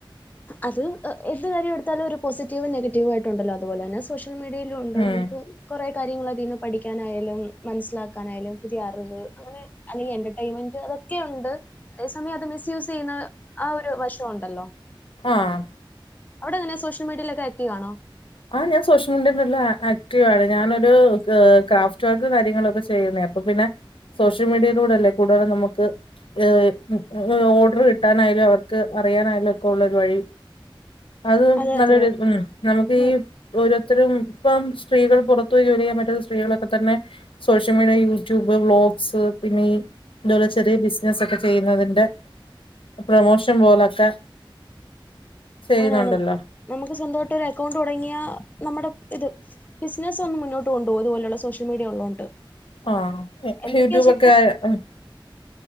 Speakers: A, on the left; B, on the left.
A: അത് എഹ് എന്ത് കാര്യെട്ത്താലും ഒരു പോസിറ്റീവും നെഗറ്റീവായിട്ടുണ്ടല്ലോ അത്പോലെന്നെ സോഷ്യൽ മീഡിയയി ലുണ്ട്
B: ഉം
A: നമക്ക് കൊറെ കാര്യങ്ങൾ അതിന്ന് പഠിക്കാനായാലും മൻസ്സിലാക്കാനായാലും പുതിയറിവ് അങ്ങനെ അല്ലെങ്കി എ റ്റയ്മെൻ്റ് അതൊക്കെയുണ്ട് അതേ സമയം അത് മിസ് യൂസ് ചെയ്യുന്ന ആ ഒര് വശുണ്ടല്ലോ
B: ആഹ്
A: അവടെങ്ങെനെ സോഷ്യ മീഡിയിലൊക്കെ ആക്ടീവാണോ?
B: ആഹ് ഞാൻ സോഷ്യൽ മീഡിയയിൽ നല്ല ആക്റ്റീവാണ് ഞാനൊരു ഏഹ് ക്രാഫ്റ്റ് വർക്കും കാര്യങ്ങളൊക്കെ ചെയ്യുന്നേ അപ്പൊ പിന്നെ സോഷ്യൽ മീഡിയയിലൂടെ അല്ലേ കൂടുതലും നമക്ക് ഏഹ് ഓർഡർ കിട്ടാനായാലും അവർക്ക് അറിയാനായാലും ഒക്കെ ഉള്ളൊരു വഴി അത്
A: അതെ
B: നല്ലരു
A: അതെ
B: ഉം നമക്ക്
A: ഉം
B: ഓരോത്തരും ഇപ്പം സ്ത്രീകൾ പൊറത്ത് പോയി ജോലി ചെയ്യാൻ പറ്റാത്ത സ്ത്രീകളൊക്കെ തന്നെ സോഷ്യൽ മീഡിയ, യൂട്യൂബ്, വ്ളോഗ്സ് പിന്നെ ഈ ഇതേപോലെ ചെറിയ ബിസിനസൊക്കെ ചെയ്യുന്നതിന്റെ പ്രമോഷൻ പോലൊക്കെ ചെയ്യുന്നുണ്ടല്ലോ
A: അങ്ങനാണ് ഞമക്ക് സ്വന്തായിട്ടൊരു അക്കൗണ്ട് തൊടങ്ങ്യാ നമ്മടെ ഇത് ബിസിനസൊന്നും മുന്നോട്ടു കൊണ്ട് പോവും ഇത്പോലുള്ള സോഷ്യൽ മീഡിയ ഉള്ളോണ്ട്.
B: ആഹ്
A: എന്തൊക്കെയാ
B: യൂട്യൂബ്
A: ചെയ്യുന്നെ
B: ഒക്കെ അഹ്